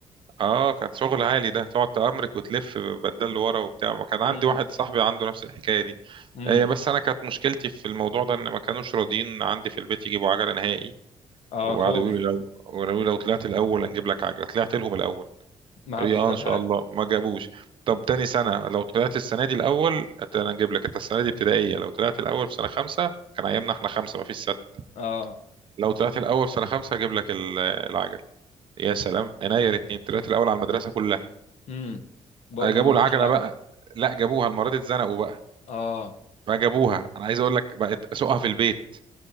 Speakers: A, on the right; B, on the left.
A: اه كان شغل عالي ده تقعد تأمرك وتلف بدل لورا وبتاع ما كان عندي
B: امم
A: واحد صاحبي عنده نفس الحكاية دي
B: امم
A: هي بس انا كانت مشكلتي في الموضوع ده ان ما كانوش راضيين عندي في البيت يجيبوا عجلة نهائي
B: اه
A: وقعدوا
B: خوف
A: يقولوا لي لو قالوا لي لو طلعت الاول هنجيب لك عجلة طلعت لهم الاول
B: ما
A: قالوا
B: حدش
A: لي اه
B: جاب
A: ان شاء
B: حاجه
A: الله ما جابوش طب تاني سنة لو طلعت السنة دي الاول أت- انا هنجيب لك انت السنة دي ابتدائية لو طلعت الاول في سنة خمسة كان ايامنا احنا خمسة ما فيش ستة
B: اه
A: لو طلعت الاول في سنة خمسة هجيب لك ال- العجل يا سلام عينيا الاتنين طلعت الاول على المدرسة كلها
B: امم برضه
A: آه، جابوا
B: ما جابوش
A: العجله
B: العجل
A: بقى لا جابوها المره دي اتزنقوا بقى
B: اه
A: فجابوها انا عايز اقول لك بقت اسوقها في البيت